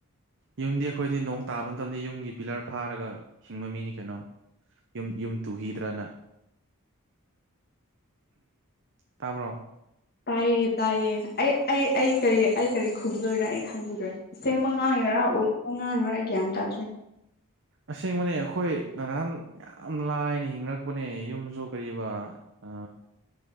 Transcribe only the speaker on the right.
ꯌꯨꯝꯗꯤ ꯑꯩꯈꯣꯏꯗꯤ ꯅꯣꯡ ꯇꯥꯕ ꯃꯇꯝꯗ ꯌꯨꯝꯒꯤ ꯄꯤꯂꯔ ꯐꯥꯔꯒ ꯍꯤꯡꯕ ꯃꯤꯅꯤ ꯀꯩꯅꯣ ꯌꯨꯝ ꯌꯨꯝ ꯇꯨꯈꯤꯒꯗ꯭ꯔꯅ꯫ ꯇꯥꯕ꯭ꯔꯣ
ꯑꯁꯦꯡꯕꯅꯤ ꯑꯩꯈꯣꯏ ꯅꯍꯥꯟ ꯌꯥꯝ ꯂꯥꯏꯅ ꯍꯤꯡꯅꯔꯛꯄꯅꯦ ꯌꯨꯝꯁꯨ ꯀꯔꯤꯕ ꯑ